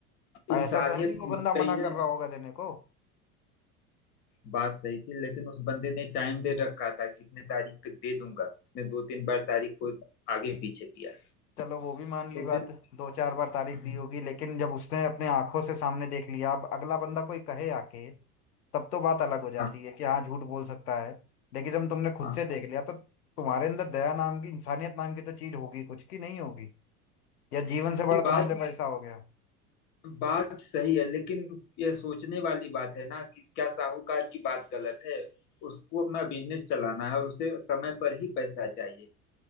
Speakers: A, on the left; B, on the left.
A: ऐसा
B: इंसानियत
A: तो है नहीं वो
B: मर
A: बंदा
B: गई
A: मना
B: है
A: कर रहा होगा देने को
B: बात सही थी लेकिन उस बंदे ने टाइम दे रखा था कि इतने तारीख तक दे दूंगा उसने दो तीन बार तारीख को आगे पीछे किया
A: चलो वो भी मान
B: तो
A: ली बात
B: मैं
A: दो चार बार तारीख
B: हाँ
A: दी होगी लेकिन जब उसने अपने आंखों से सामने देख लिया अब अगला बंदा कोई कहे आके तब तो बात अलग हो
B: हाँ
A: जाती है कि हाँ झूठ बोल सकता है लेकिन जब तुमने खुद
B: हाँ।
A: से देख लिया तो तुम्हारे अंदर दया नाम की इंसानियत नाम की तो चीज होगी कुछ की नहीं होगी या जीवन
B: भाई
A: से बड़ा तुम्हारे
B: बात
A: लिए पैसा हो गया
B: बात सही है लेकिन यह सोचने वाली बात है ना कि क्या साहूकार की बात गलत है उसको अपना बिजनेस चलाना है और उसे समय पर ही पैसा चाहिए